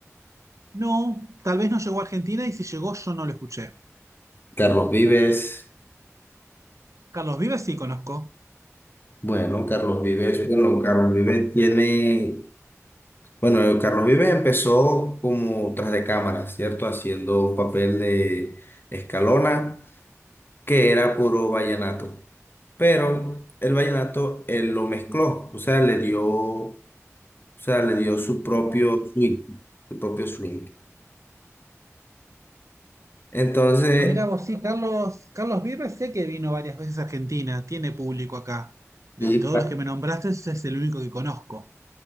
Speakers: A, on the right; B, on the left.
A: No, tal vez no llegó a Argentina y si llegó yo no lo escuché.
B: Carlos Vives.
A: Carlos Vives sí conozco.
B: Bueno, Carlos Vives, bueno, Carlos Vives tiene, bueno, Carlos Vives empezó como tras de cámara, ¿cierto? Haciendo un papel de Escalona, que era puro vallenato. Pero el vallenato él lo mezcló, o sea, le dio, o sea, le dio su propio swing, su propio swing. Entonces,
A: Ah, mira vos, sí, Carlos, Carlos Vives sé que vino varias veces a Argentina, tiene público acá. De
B: y,
A: todos los que me nombraste, ese es el único que conozco.